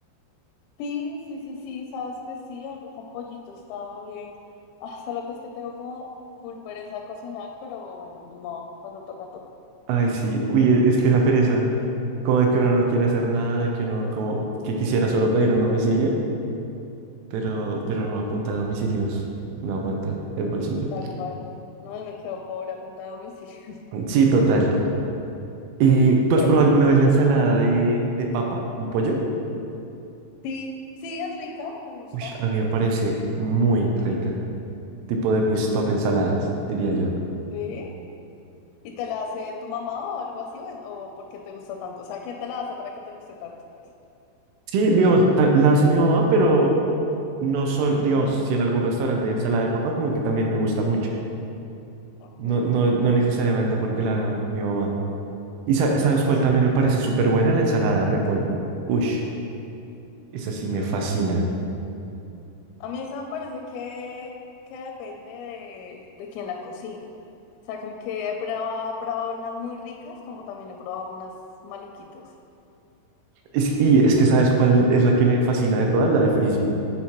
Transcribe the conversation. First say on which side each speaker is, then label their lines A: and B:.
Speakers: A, on the left; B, on the right.
A: Sí, sí, sí, sí, sabes que sí, algo con pollito estaba bien. Ah, solo que es que tengo como full pereza de cocinar, pero bueno, ni modo, cuando toca, toca.
B: Ay, sí, uy, e- es que esa pereza, como de que uno no quiere hacer nada, de que uno como que quisiera solo pedir un domicilio, pero, pero no apunta a domicilios, no aguanta el bolsillo.
A: Tal cual. No, y me quedo pobre a punta de homicidio. <laughs>
B: Sí, total. Eh, ¿tú has
A: Eh,
B: probado alguna vez la ensalada de, de papa con pollo?
A: sí, sí, es rica, me gusta.
B: Uy, a mí me parece muy rica. tipo de mis top ensaladas, diría yo.
A: Sí. ¿Y te la hace tu mamá o algo así? ¿O, en- o por qué te gusta tanto? O sea, ¿quién te la hace para que te guste tanto? Pues,
B: Sí, digamos, ta- la hace mi mamá, pero no sol, digamos, si en algún restaurante hay ensalada de papa, como que también me gusta mucho.
A: ok,
B: No,
A: sí,
B: no, no necesariamente porque la haga mi mamá. ¿Y sa- sabes cuál
A: entiendo.
B: también me parece súper buena? La ensalada de repollo. Ush, esa sí me fascina.
A: A mí esa me parece que, que depende de, de quién la cocine. O sea, como que he probado, he probado unas muy ricas, como también he probado unas maluquitas.
B: Es- y es que sabes cuál es la que me fascina de todas, la de frisbee.